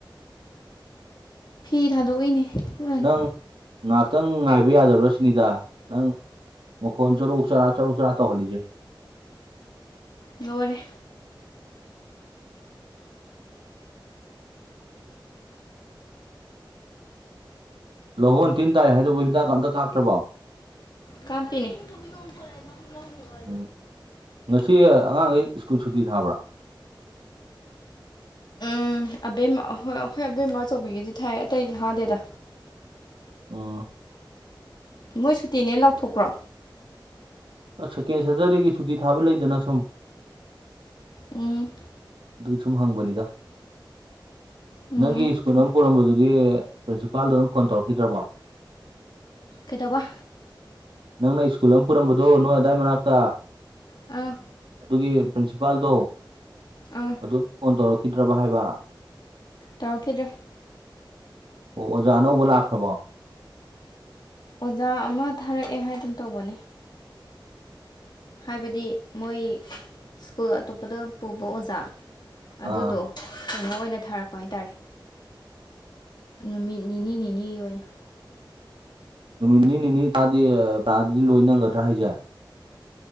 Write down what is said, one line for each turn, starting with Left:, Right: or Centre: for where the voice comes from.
Left: ꯐꯤ ꯊꯥꯗꯣꯛꯏꯅꯦ ꯑꯗꯨꯅꯅꯦ
Right: ꯅꯪ ꯉꯥꯏꯍꯥꯛꯇꯪ ꯉꯥꯏꯕ ꯌꯥꯗꯕ꯭ꯔꯥ ꯁꯤꯅꯤꯗ ꯅꯪ ꯃꯈꯣꯟ ꯆꯔꯨꯛ ꯆꯔꯥ ꯆꯔꯨꯛ ꯆꯔꯥ ꯇꯧꯍꯜꯂꯤꯁꯦ
Left: ꯂꯣꯢꯔꯦ
Right: ꯂꯍꯣꯟ ꯇꯤꯟ ꯇꯥꯏ ꯍꯥꯏꯗꯨꯕꯨ ꯍꯤꯗꯥꯛꯒ ꯑꯝꯇ ꯀꯥꯞꯇ꯭ꯔꯕꯣ
Left: ꯀꯥꯞꯄꯤꯅꯦ ꯃꯔ <inaudible>
Right: ꯎꯝ ꯉꯁꯤ ꯑꯉꯥꯡꯈꯩ ꯁ꯭ꯀꯨꯜ ꯁꯨꯇꯤ ꯊꯥꯕ꯭ꯔꯥ
Left: ꯎꯝ ꯑꯕꯦꯝꯃ ꯑꯩꯈꯣꯏ ꯑꯕꯦꯝꯃ ꯑꯆꯧꯕꯤꯒꯤꯗꯤ ꯊꯥꯏ ꯑꯇꯩꯗꯤ ꯊꯥꯗꯦꯗ
Right: ꯑꯝ
Left: ꯃꯣꯢ ꯁꯨꯇꯦꯅꯦ ꯂꯥꯎꯊꯣꯛꯄ꯭ꯔꯣ
Right: ꯁꯦꯀꯦꯟ ꯁꯦꯇꯔꯗꯦꯒꯤ ꯁꯨꯇꯤ ꯊꯥꯕ ꯂꯩꯗꯅ ꯁꯨꯝ
Left: ꯎꯝ
Right: ꯑꯗꯨꯒꯤ ꯁꯨꯝ ꯍꯪꯕꯅꯤꯗ
Left: ꯎꯝ
Right: ꯅꯪꯒꯤ
Left: ꯎꯝ
Right: ꯁ꯭ꯀꯨꯜ ꯑꯃ ꯄꯨꯔꯝꯕꯗꯨꯗꯤ ꯄ꯭ꯔꯤꯟꯁꯤꯄꯥꯜꯗꯣ ꯑꯗꯨꯝ ꯐꯣꯟ ꯇꯧꯔꯛꯈꯤꯗ꯭ꯔꯕꯣ <unintelligible>
Left: ꯀꯩꯗꯧꯕ
Right: ꯅꯪꯅ ꯁ꯭ꯀꯨꯜ ꯑꯃ ꯄꯨꯔꯝꯕꯗꯣ ꯅꯣꯏ ꯑꯗꯥꯏ ꯃꯅꯥꯛꯇ
Left: ꯑꯥ
Right: ꯑꯗꯨꯒꯤ ꯄ꯭ꯔꯤꯟꯁꯤꯄꯥꯜꯗꯣ
Left: ꯑꯥ
Right: ꯑꯗꯨ ꯐꯣꯟ ꯇꯧꯔꯛꯈꯤꯗ꯭ꯔꯕ ꯍꯥꯏꯕ
Left: ꯇꯧꯔꯛꯈꯤꯗ꯭ꯔꯦ
Right: ꯑꯣ ꯑꯣꯖꯥ ꯑꯅꯧꯕ ꯂꯥꯛꯈ꯭ꯔꯕꯣ
Left: ꯑꯣꯖꯥ ꯑꯃ ꯊꯥꯔꯛꯑꯦ ꯍꯥꯏꯒꯨꯝ ꯇꯧꯕꯅꯦ ꯍꯥꯏꯕꯗꯤ ꯃꯣꯏ ꯁ꯭ꯀꯨꯜ ꯑꯇꯣꯞꯄꯗ ꯄꯨꯕ ꯑꯣꯖꯥ ꯑꯗꯨꯗꯣ
Right: ꯑꯥ
Left: ꯀꯩꯅꯣ ꯑꯣꯏꯅ ꯊꯥꯔꯛꯄ ꯍꯥꯏꯇꯥꯔꯦ ꯅꯨꯃꯤꯠ ꯅꯤꯅꯤ ꯅꯤꯅꯤꯒꯤ ꯑꯣꯏꯅ
Right: ꯅꯨꯃꯤꯠ ꯅꯤ ꯅꯤꯅꯤ ꯇꯥꯛꯑꯗꯤ ꯄꯔꯥꯗꯨꯗꯤ ꯂꯣꯏ ꯅꯪꯒꯗ꯭ꯔꯥ ꯍꯥꯏꯁꯦ